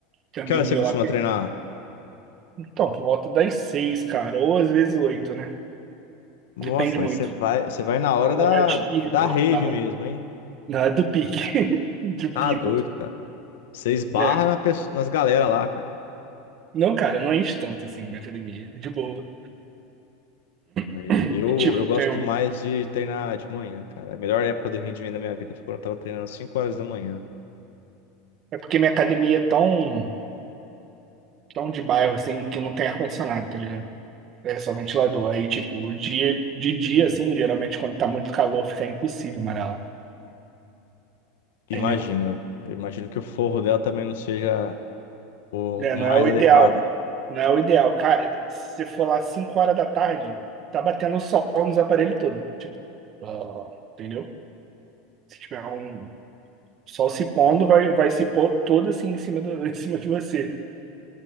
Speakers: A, on the right (about 40°); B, on the left (about 80°).
A: Tem um
B: Que
A: amigo
B: hora
A: meu
B: você costuma
A: lá
B: treinar?
A: Então, por volta das seis, cara, ou às vezes oito, né?
B: Nossa,
A: Depende
B: mas
A: muito.
B: você vai, você vai na hora
A: Na
B: da,
A: hora de pico,
B: da rave
A: na hora,
B: mesmo, hein?
A: na hora do pique, <laughs> do
B: Tá
A: pico,
B: doido, cara. Você esbarra
A: né?
B: na pesso- nas galera lá, cara.
A: Não, cara, não enche tanto assim minha academia, de boa.
B: E
A: <clears throat>
B: Eu,
A: E tipo,
B: eu gosto
A: tem, um,
B: mais de treinar de manhã, cara. A melhor época do rendimento da minha vida foi quando eu tava treinando às 5 horas da manhã.
A: é porque minha academia é tão, tão de bairro, assim, que não tem ar-condicionado, tá ligado? É só ventilador. Aí, tipo, de, de dia, assim, geralmente quando tá muito calor, fica impossível malhar lá,
B: Imagino,
A: entendeu?
B: eu imagino que o forro dela também não seja o,
A: né? Não
B: o mais
A: é o
B: adequado.
A: ideal. Não é o ideal. Cara, se você for lá 5 horas da tarde, tá batendo sol nos aparelhos todos. Tipo, ah, entendeu? Se tiver um sol se pondo, vai, vai se pôr todo assim em cima, do, <laughs> em cima de você.